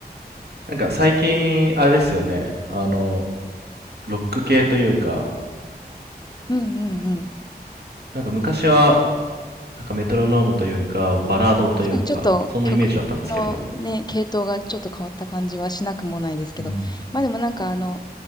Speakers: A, on the right; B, on the left.
A: なんか最近、あれですよね。あの、ロック系というか、
B: うんうんうん。
A: なんか昔はなんかメトロノームというか、バラードというか、
B: 確かにちょっと曲のね、
A: そのイメージだったんですけど。
B: 系統がちょっと変わった感じはしなくもないですけど、
A: うん。
B: ま、でもなんかあの、